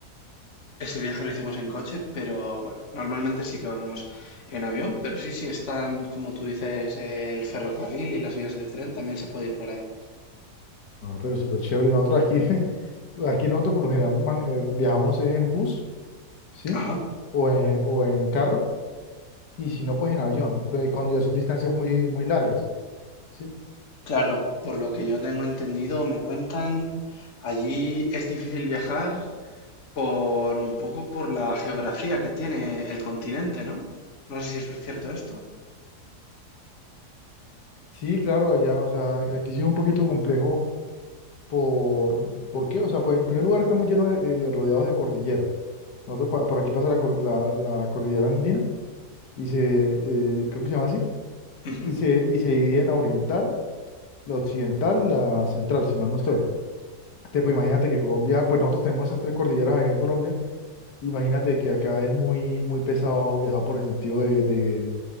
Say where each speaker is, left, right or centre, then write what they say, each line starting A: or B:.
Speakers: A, on the left (about 45°); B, on the left (about 90°).
A: Ese viaje lo hicimos en coche, pero bueno, normalmente sí que vamos en avión, pero sí, sí están, como tú dices, eh, el ferrocarril y las vías de tren, también se puede ir por ahí.
B: No, pero súper chévere. Nosotros aquí, <laughs> aquí nosotros por lo general man- eh, viajamos es en bus, ¿sí?
A: Ajá.
B: O en, o en carro, y si no, pues en avión, pues cuando ya son distancias muy, muy largas, ¿sí?
A: Claro, por lo que yo tengo entendido, me cuentan, allí es difícil viajar por un poco por la geografía que tiene el continente, ¿no? No sé si es cierto esto.
B: Sí, claro, allá, o sea, aquí sí es un poquito complejo por, ¿por qué? O sea, pues en primer lugar estamos llenos de, eh, rodeados de cordilleras. Nosotros pa- por aquí pasa la, cor- la, la cordillera andina, y se, eh, creo que se llama así,
A: Ujú.
B: y se, y se divide en la oriental, la occidental y la central, si mal no estoy. Te, pues imagínate que Colombia, pues nosotros tenemos esas tres cordilleras acá en Colombia. Imagínate que acá es muy, muy pesado viajar por el sentido de, de,